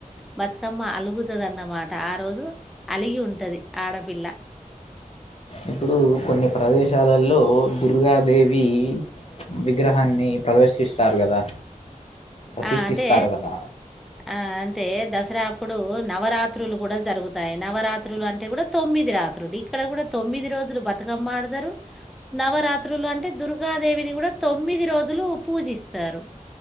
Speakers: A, in the centre; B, on the left (about 45°).
A: బతుకమ్మ అలుగుతదన్నమాట ఆ రోజు అలిగి ఉంటది ఆడపిల్ల
B: ఇప్పుడు కొన్ని ప్రదేశాలల్లో దుర్గాదేవి విగ్రహాన్ని ప్రదర్శిస్తారు కదా! ప్రతిష్ఠిస్తారు
A: ఆ అంటే
B: కదా
A: ఆ అంటే దసరా అప్పుడు నవరాత్రులు కూడా జరుగుతాయి. నవరాత్రులు అంటే కూడా తొమ్మిది రాత్రులు ఇక్కడ కూడా తో తొమ్మిది రోజులు బతుకమ్మాడతరు. నవరాత్రులు అంటే దుర్గాదేవిని కూడా తొమ్మిది రోజుల్ లు పూజిస్తారు.